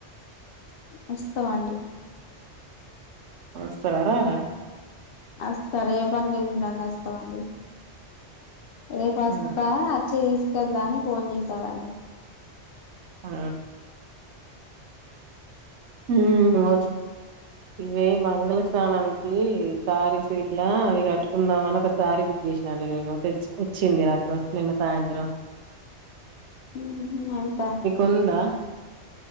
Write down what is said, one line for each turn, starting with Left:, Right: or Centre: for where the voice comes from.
Left: వస్తవండి
Right: వస్తారా రార
Left: వస్తారే ఏ పని నిళ్ళుండడి వస్తాం అండి రే పాస్తా
Right: ఆ
Left: అచ్చి కదా అని ఫోన్ చేసాడుడి
Right: ఆ ఊమ్ వ ఇవే మంగళ స్నానానికి కారీ సీట్లా అవి కట్టుకుందామని ఒకసారీ బుక్ చేసాండి నేను తె వచ్చింది నాకు నిన్న సాయంత్రం
Left: హు అంత
Right: ఉందా